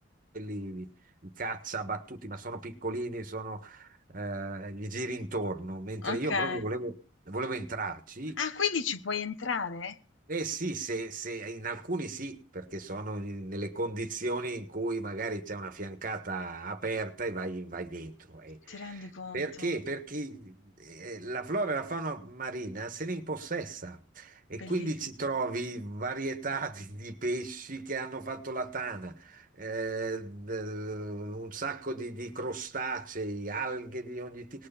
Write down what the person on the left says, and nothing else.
okay.
Ah, quindi ci puoi entrare?
Ti rendi conto?
Bellissimo.